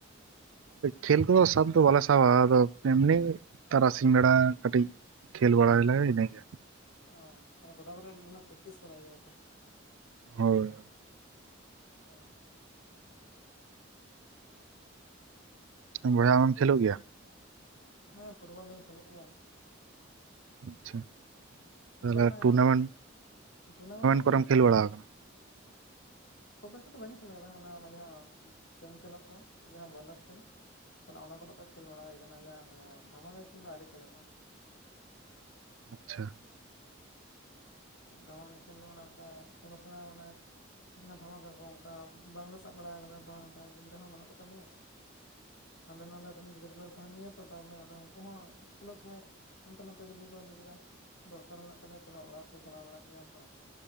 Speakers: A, on the right; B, on the left.
A: ᱠᱷᱮᱞ ᱫᱚ ᱥᱟᱵ ᱫᱚ ᱵᱟᱞᱮ ᱥᱟᱵᱟ ᱟᱫᱚ ᱮᱢᱱᱤ ᱛᱟᱨᱟᱥᱤᱧ ᱵᱮᱲᱟ ᱠᱟᱹᱴᱤᱡ
B: <unintelligible>
A: ᱠᱷᱮᱞ ᱵᱟᱲᱟᱭᱟᱞᱮ ᱤᱱᱟᱹᱜᱮ
B: ᱚ ᱛᱟᱦᱮ ᱜᱚᱰᱟ ᱠᱚᱨᱮ ᱯᱨᱮᱠᱴᱤᱥ ᱵᱟᱲᱟᱭ ᱜᱮᱭᱟ ᱯᱮ
A: ᱦᱳᱭ
B: ᱚ
A: ᱵᱚᱭᱦᱟ ᱟᱢᱮᱢ ᱠᱷᱹᱞᱳᱜ ᱜᱮᱭᱟ?
B: ᱦᱮᱸ ᱯᱷᱩᱴᱵᱚᱞ ᱫᱚᱩᱧ ᱠᱷᱮᱞᱳᱜ ᱜᱮᱭᱟ᱾
A: ᱟᱪᱪᱷᱟ ᱛᱟᱦᱚᱞᱮ
B: ᱚᱱᱠᱟ ᱢᱮᱟᱱᱮ
A: ᱴᱩᱨᱱᱟᱢᱮᱱᱴ
B: ᱴᱩᱨᱱᱟᱢᱮᱱᱴ ᱠᱚᱫᱚ
A: ᱠᱚᱨᱮᱢ ᱠᱷᱮᱞ ᱵᱟᱲᱟ ᱟᱠᱟᱱᱟ?
B: ᱠᱷᱩᱵ ᱮᱠᱴᱟ ᱫᱚ ᱵᱟᱹᱧ ᱠᱷᱮᱞ ᱠᱟᱫᱟ ᱚᱱᱟ ᱚᱱᱟ ᱡᱟᱦᱟᱸ ᱥᱮᱢ ᱠᱷᱮᱞᱚᱜ ᱠᱚ ᱡᱟᱦᱟᱸ ᱵᱚᱭᱞᱚᱠ ᱠᱷᱮᱞ ᱛᱟᱦᱚᱞᱮ ᱚᱱᱟ ᱠᱚᱨᱮᱜ ᱫᱚ ᱠᱷᱮᱞ ᱵᱟᱲᱟ ᱦᱩᱭ ᱠᱟᱱᱟ ᱡᱟᱦᱟᱸ ᱱᱤᱭᱟᱹ ᱫᱷᱟᱢᱟᱠ ᱠᱷᱮᱞ ᱫᱚ ᱟᱹᱣᱨᱤ ᱠᱷᱮᱞ ᱦᱩᱭᱩᱜᱼᱟ᱾
A: ᱟᱪᱪᱷᱟ
B: ᱫᱷᱟᱢᱟᱠᱟ ᱠᱷᱮᱞ ᱫᱚ ᱚᱱᱠᱟ ᱪᱟᱸᱫ ᱥᱮᱬᱟ ᱢᱟᱱᱮ ᱡᱟᱦᱟᱸ ᱫᱷᱟᱢᱟᱠᱟ ᱠᱚ ᱚᱱᱠᱟ ᱵᱟᱝᱞᱮ ᱥᱟᱵ ᱵᱟᱲᱟ ᱠᱟᱫᱟ ᱛᱷᱚᱲᱟ ᱚᱱᱠᱟ ᱜᱤᱫᱽᱨᱟᱹ ᱦᱚᱸ ᱵᱟᱹᱱᱩᱜ ᱠᱚᱛᱟ ᱞᱮᱭᱟ ᱦᱟᱸᱰᱮ ᱱᱟᱰᱮ ᱨᱮᱱ ᱜᱤᱫᱽᱨᱟᱹ ᱞᱮ ᱛᱟᱦᱮᱱ ᱜᱮᱭᱟ ᱛᱚ ᱛᱟᱦᱚᱞᱮ ᱟᱫᱚ ᱩᱱᱠᱩ ᱦᱚᱸ ᱠᱷᱮᱞᱳᱜ ᱥᱚᱢᱚᱭ ᱦᱟᱱᱛᱮ ᱱᱟᱛᱮ ᱡᱩᱫᱤ ᱠᱚ ᱞᱟᱹᱭ ᱠᱮᱫᱟ ᱫᱚᱨᱠᱟᱨ ᱢᱮᱱᱟᱜ ᱛᱟᱞᱮᱭᱟ ᱛᱟᱦᱚᱞᱮ ᱚᱲᱟᱜ ᱠᱚ ᱪᱟᱞᱟᱣ ᱵᱟᱲᱟᱜ ᱜᱮᱭᱟ ᱛᱚ᱾